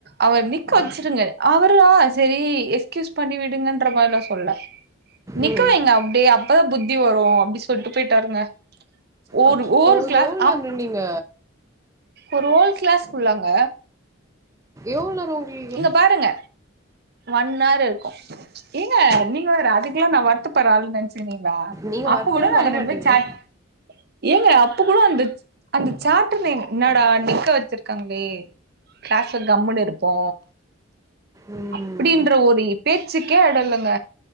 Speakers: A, on the right; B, on the right.
A: அவர் நிக்க வச்சிருங்க அவரா செரி எஸ் க்யூஸ் பண்ணி விடுங்கன்ற மாரிலா சொல்ல நிக்கவைங்க
B: ம்.
A: அப்டியே அப்பதா புத்தி வரு அப்படி சொல்ட்டு போயிட்டாருங்க ஓரு
B: அச்சச்சோ!
A: ஓரு கிளாஸ்
B: எவ்ளோ
A: அப்
B: நேரம் நீங்க
A: ஒரு ஹோல்கிளாஸ் ஃபுல்லாங்க
B: எவ்ளோ நேரோ உங்கி
A: இங்க பாருங்க ஒன்னார் இருக்கு ஏங்க நீங்க வேற அதுக்கெல்லா நா வர்த்தப்பட்ற ஆள் நெனச்சு ச்சீனீங்களா
B: நீங்க
A: அப்ப
B: வரவே
A: கூட நாங்க
B: வரமாட்டீங்களே.
A: ரெண்டு பேர் ச்சாட் ஏங்க அப்ப கூட அந்த ச்ச் அந்த சாட்ட என்னடா நிக்க வச்சிருக்காங்களே கிளாஸ்ல கம்முனு இருப் போ
B: ம்.
A: அப்படின்ற ஒரு இ பேச்சுக்கே எடல்லங்க